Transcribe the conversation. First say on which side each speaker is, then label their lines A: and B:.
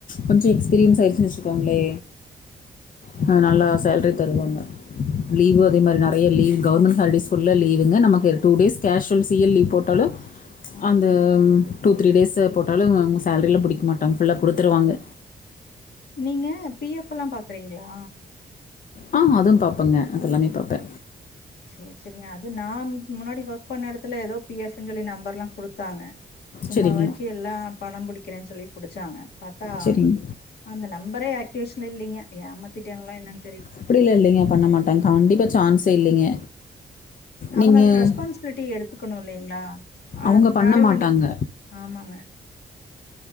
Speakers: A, on the left (about 50°); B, on the left (about 70°).
A: கொஞ்ச எக்ஸ்பீரியன்ஸ்
B: ம்
A: ஆயிருச்சினு வச்சிக்கோங்களே <unintelligible>
B: ம்ஹூ
A: ஆ நல்ல சேல ரி தருவாங்க லீவு அதே மாரி நெறைய லீவ் கவர்மெண்ட் ஹாலிடேஸ் ஃபுல்லா லீவுங்க நமக்கு two days casual C L leave போட்டாலு
B: ஆமா
A: அந்த டூ த்ரீ டேஸ்ஸு போட்டாலு அவுங்க சோலரியில புடிக்க மாட்டாங்க ஃபுல்லா குடுத்துருவாங்க
B: நீங்க பி ஃஎப்பெல்லா பா சரீங்களா
A: அ அதுவு பாப்பேங்க அதெல்லாமே பாப்பே
B: செரி செரிங்க அது நா முன்னாடி ஒர்க் பண்ண எடத்துல ஏதோ பி எஃப்ன்னு சொல்லி நம்பர்லா குடுத்தாங்க சும்மாவாச்சு
A: சரிங்க
B: எல்லா பணோ பிடிக்கிறேன்னு சொல்லி புடிச்சா <unintelligible> பாத்தா
A: சரிங்க
B: அந்த நம்பரே ஆக்டிவேஷன்ல இல்லைங்க ஏமா திட்டாயாங்களா என்னங்
A: அப்பிடில்லா இல்லைங்க பண்ண மாட்டாங்க கண்டிப்பா சான்ஸே இல்லைங்க
B: அவங்க
A: நீங்கள்
B: அதுக்கு ரெஸ்பான்சிபிலிட்டி எடுத்து இருக்கணு இல்லைங்களா ஆ
A: அவங்க
B: அப்
A: பண்ண
B: வேலய உட்டு
A: மாட்டாங்க
B: நிக் ஆமாங்க